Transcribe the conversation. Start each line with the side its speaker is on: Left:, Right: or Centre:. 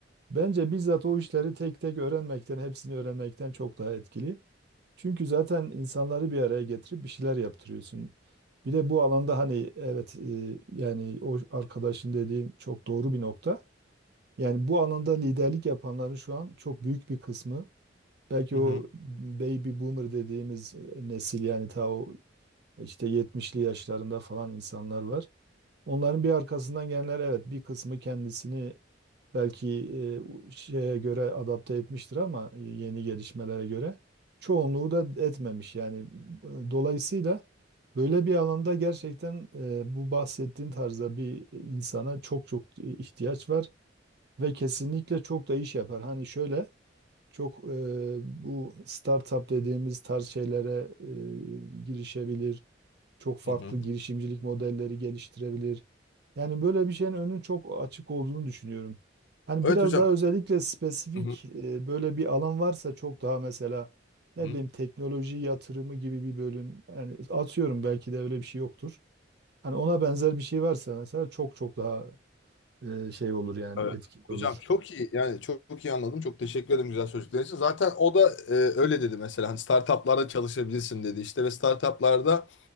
Right: bence bizzat o işleri tek tek öğrenmekten, hepsini öğrenmekten çok daha etkili. Çünkü zaten insanları bir araya getirip bir şeyler yaptırıyorsun. Bir de bu alanda hani evet e, yani o arkadaşın dediğin çok doğru bir nokta. Yani bu alanda liderlik yapanların şu an çok büyük bir kısmı belki
Left: Hı
Right: o
Left: hı.
Right: baby boomer dediğimiz nesil yani ta o işte 70'li yaşlarında falan insanlar var. Onların bir arkasından gelenler evet bir kısmı kendisini belki e, şeye göre adapte etmiştir ama e, yeni gelişmelere göre çoğunluğu da etmemiş. Yani e, dolayısıyla böyle bir alanda gerçekten e, bu bahsettiğin tarzda bir insana çok çok ihtiyaç var ve kesinlikle çok da iş yapar. Hani şöyle çok e, bu startup dediğimiz tarz şeylere e, girişebilir. Çok farklı
Left: Hı hı.
Right: girişimcilik modelleri geliştirebilir. Yani böyle bir şeyin önünün çok açık olduğunu düşünüyorum. Hani
Left: Evet
Right: biraz
Left: hocam.
Right: daha özellikle spesifik
Left: Hı hı,
Right: e, böyle bir alan varsa çok daha mesela ne
Left: hı.
Right: bileyim teknoloji yatırımı gibi bir bölüm yani atıyorum belki de öyle bir şey yoktur. Hani ona benzer bir şey varsa mesela çok çok daha e, şey olur yani
Left: Evet.
Right: etkili
Left: Hocam
Right: olur.
Left: çok iyi yani çok, çok iyi anladım. Çok teşekkür ederim güzel sözcükler için. Zaten o da e, öyle dedi mesela hani startuplarda çalışabilirsin dedi işte ve startuplarda